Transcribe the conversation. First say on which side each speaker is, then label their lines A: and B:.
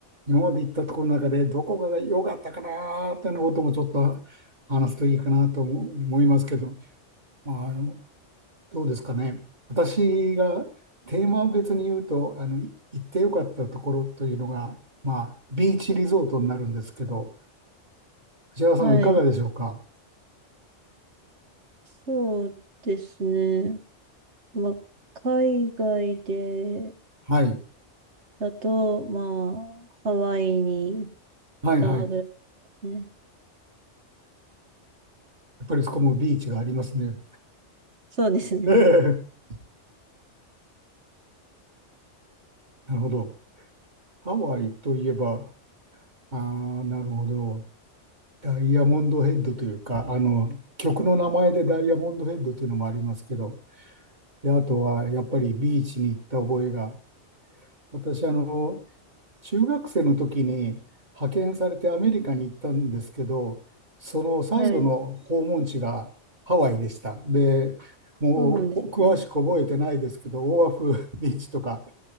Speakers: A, on the right (about 40°); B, on the right (about 65°).
A: 今まで行ったところの中でどこが良かったかなーっていうのこともちょっと話すといいかなと思思いますけど、まあ、あのどうですかね。私がテーマ別に言うと、あの、い行って良かったところというのが、まあ、ビーチリゾートになるんですけど、藤原さんはいかがでしょうか。
B: はい。そうですね。まあ、海外で
A: はい。
B: だと、まあ、ハワイに行っ
A: はいはい。
B: たぐらいですね。
A: やっぱりそこもビーチがありますね。
B: そうですね。
A: ええなるほど。ハワイといえば、ああ、なるほど。ダイヤモンドヘッドというか、あの、曲の名前でダイヤモンドヘッドというのもありますけど、で、あとはやっぱりビーチに行った覚えが、私、あの、中学生の時に派遣されてアメリカに行ったんですけど、その最後の訪問地がハワイでした。
B: はい。
A: で、もう詳しく覚えてないですけど、
B: そうなんですね。
A: オアフビーチとか、